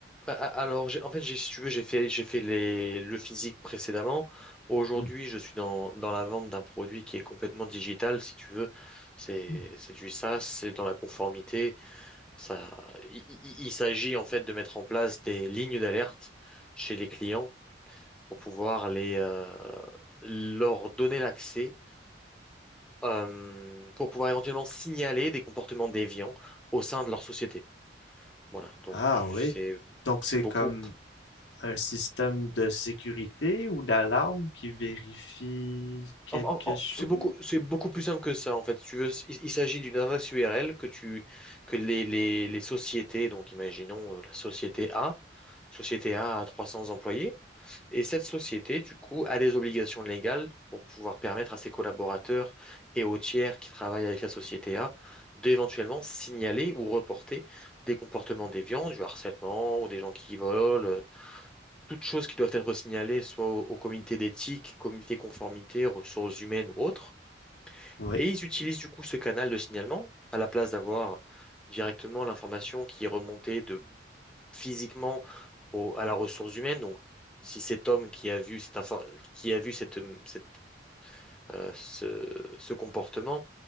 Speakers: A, in the centre; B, on the left (about 75°).
A: a- a- Alors, j'ai- en fait, j'ai- si tu veux, j'ai fait, j'ai fait les, le physique précédemment. Aujourd'hui,
B: Hmm.
A: je suis dans, dans la vente d'un produit qui est complètement digital, si tu veux. C'est,
B: Hmm.
A: c'est du SaaS, c'est dans la conformité. Ça, il, il- il s'agit en fait de mettre en place des lignes d'alerte chez les clients pour pouvoir les, euh, leur donner l'accès euh, pour pouvoir éventuellement signaler des comportements déviants au sein de leur société. Voilà, donc
B: Ah oui.
A: c'est
B: Donc,
A: c'est
B: c'est
A: beaucoup
B: comme un système de sécurité ou d'alarme qui vérifie quelque
A: en- en- en-
B: chose?
A: c'est beaucoup c'est beaucoup plus simple que ça en fait. Si tu veux, il, il s'agit d'une adresse URL que tu que les, les, les sociétés donc imaginons euh, la société A, société A a 300 employés. Et cette société, du coup, a des obligations légales pour pouvoir permettre à ses collaborateurs et aux tiers qui travaillent avec la société A d'éventuellement signaler ou reporter des comportements déviants, du harcèlement ou des gens qui volent, euh, toutes choses qui doivent être signalées soit au, au comité d'éthique, comité conformité, ressources humaines ou autres.
B: Oui.
A: Et ils utilisent du coup ce canal de signalement à la place d'avoir directement l'information qui est remontée de physiquement au- à la ressource humaine. Donc, si cet homme qui a vu cette infor- qui a vu cette, cette, euh, ce, ce comportement,